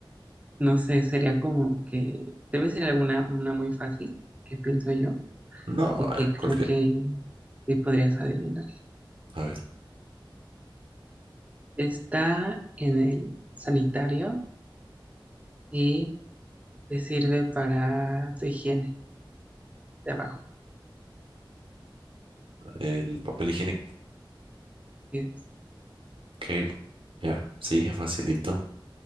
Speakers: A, on the right; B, on the right.
A: no sé, sería como que debe ser alguna una muy fácil, que pienso yo.
B: No,
A: y que
B: eh,
A: creo
B: cualquier.
A: que sí podrías adivinar.
B: A ver,
A: Está en el sanitario y te sirve para tu higiene de abajo.
B: el papel higiénico.
A: Así es.
B: Ok, ya, sí, facilito.